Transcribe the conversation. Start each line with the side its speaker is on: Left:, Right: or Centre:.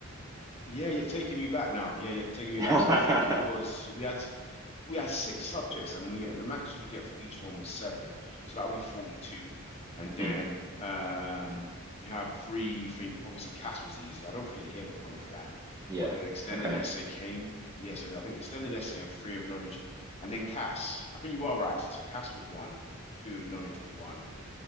Left: Yeah, you're taking me back now. Yeah, you're taking me
Right: <laughs>
Left: back. So I think it was so we had. we had six subjects and we the max you could get for each one was seven so that would be 42 and
Right: Mhm.
Left: then um you have three think obviously CAS was easy I don't think they gave a point for that
Right: Yeah.
Left: but then extended
Right: Okay.
Left: essay came yeah so I think extended essay and theory of knowledge and then CAS I think you are right so CAS was one theory of knowledge was one